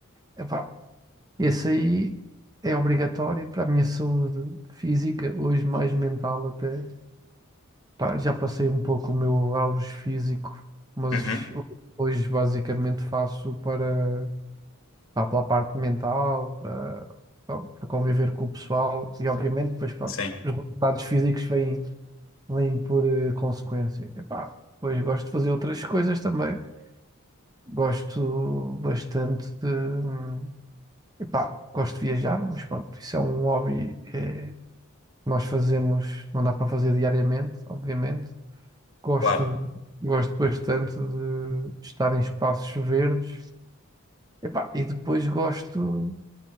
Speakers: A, on the right (about 20°); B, on the left (about 65°).
A: Epá, esse aí é obrigatório para a minha saúde física, hoje mais mental até. Pá, já passei um pouco o meu auge físico, mas
B: uhum,
A: hoje basicamente faço para. pá, pela parte mental, para, pá, para conviver com o pessoal e, obviamente, depois, pronto,
B: sim,
A: os resultados físicos vêm, vêm por eh, consequência. E, depois gosto de fazer outras coisas também. Gosto bastante de. hum, Epá, gosto de viajar, mas pronto, isso é um hobby eh, que nós fazemos, não dá para fazer diariamente, obviamente. Gosto,
B: claro.
A: gosto bastante de estar em espaços verdes. Epá, e depois gosto,